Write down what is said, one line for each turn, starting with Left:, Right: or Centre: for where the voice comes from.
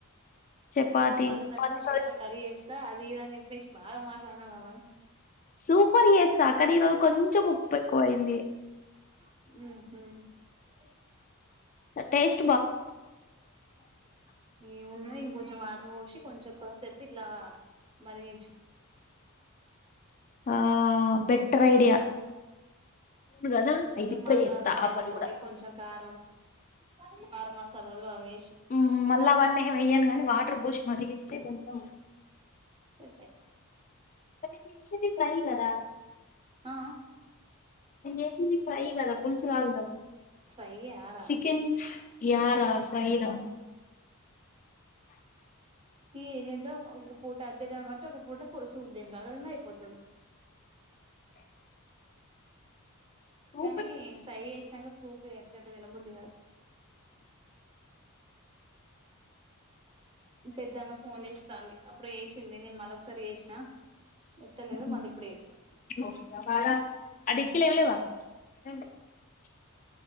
Left: చపాతి
Right: మస్త అండుతా
Left: చపాతితో
Right: నేను సూపర్ కర్రీ చేస్తా అ అది ఇది అని చెప్పేసి బాగా మాట్లాడినవ్ గా మరి
Left: సూపర్ చేస్తా కర్రీ ఇరో కొంచెం ఉప్పు ఎక్కువైయింది
Right: ఉహు
Left: టేష్
Right: ఈ ఉన్నాయి ఇంకొంచెం వాటర్ పోసి కొంచెం కోసేపు ఇట్లా మరిగించు
Left: ఆ బెటర్ ఐడియా అవును కదా
Right: కొంచెం
Left: అయితే ఇప్పుడే
Right: మల్లా
Left: చేస్తా
Right: ధనియాల
Left: ఆ పని
Right: పొడి
Left: కూడా
Right: కొంచెం కారం <inaudible> మాస్ సాలాలు అవే
Left: ఉమ్ మళ్ళా అవన్నీ ఏం వెయ్యను గానీ వాటర్ పోష్ మరిగిస్తే కొంచెం
Right: అ
Left: కానీ నేను చేసింది ఫ్రై కదా
Right: ఆ
Left: నేను చేసింది ఫ్రై కదా పులుసు కాదు కదా
Right: ఫ్రై చేయారా
Left: చికెన్ యా రా ఫ్రై రా
Right: ఈ ఏదో ఒక పూట అది తెద్దాం అంటే ఒక పూట పో సూపు తిందదన్న అయిపోతది
Left: సూపర్
Right: కానీ ఫ్రై చేసినంక సూపు చేస్తే ఎట్ట తినబుద్ధి కాదు పెద్దమ్మ ఫోన్ చేస్తాంది ఇప్పుడు చేసింది నేను మళ్ళొకసారి చేసినా ఎత్తలేదు
Left: <unintelligible>
Right: మళ్ళీ ఇప్పుడు చేస్తా
Left: అదిత్తి లేవలేవా <unintelligible>